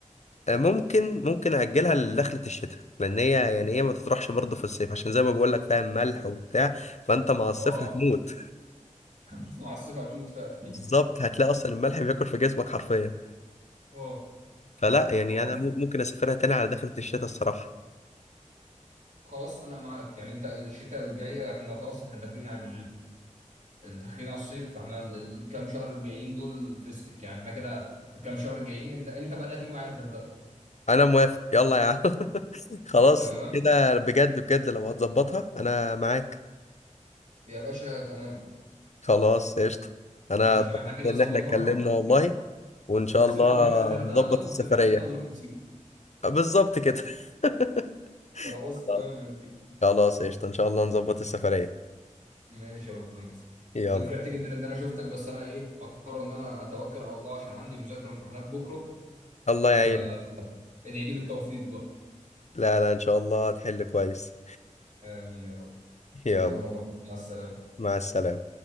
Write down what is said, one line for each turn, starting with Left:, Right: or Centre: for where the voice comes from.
Left: آه، ممكن ممكن اجلها لدخله الشتاء لان هي يعني ايه ما تطرحش برضه في الصيف عشان زي ما بقول لك فاهم ملح وبتاع فانت مع الصيف
Right: اه
Left: هتموت
Right: <laughs> أنت مع الصيف هتموت فعلا
Left: <laughs> بالظبط هتلاقي اصلا الملح بياكل في جسمك حرفيا
Right: اه
Left: فلا يعني
Right: خلاص
Left: انا مم- ممكن اسافرها تاني
Right: خلاص
Left: على دخلة الشتاء الصراحة
Right: خلاص أنا معاك يعني أنت الشتاء الجاية إحنا خلاص إحنا داخلين على ال- داخلين على الصيف فإحنا ال- الكام شهر الجايين دول فيستك يعني إحنا كده الكام شهر الجايين أنت أنت بقى اللي هتيجي معايا الغردقة
Left: انا موافق يلا يا عم <laughs> خلاص
Right: تمام
Left: كده بجد بجد لو هتظبطها انا معاك
Right: يا باشا تمام
Left: خلاص قشطة انا
Right: ماشي
Left: اتبسطت
Right: احنا كده
Left: ان
Right: ظبطناها
Left: احنا اتكلمنا والله وان شاء
Right: الصيف
Left: الله
Right: هنروح الغردقه
Left: نظبط
Right: او
Left: السفرية
Right: في الشتاء هنروح سيوه
Left: بالظبط كده <laughs>
Right: خلاص تمام
Left: خلاص
Right: يا كبير
Left: خلاص قشطة ان شاء الله نظبط السفرية
Right: ماشي يا ابو حميد
Left: يلا
Right: انا فرحت جدا ان انا شفتك بس انا ايه اضطر ان انا اتوكل على الله عشان عندي مذاكره وامتحانات بكره
Left: الله يعينك
Right: فادعي لي بالتوفيق بقى
Left: لا لا ان شاء الله هتحل كويس
Right: امين يا رب
Left: يلا
Right: يلا يا ابو حميد مع السلامه
Left: مع السلامة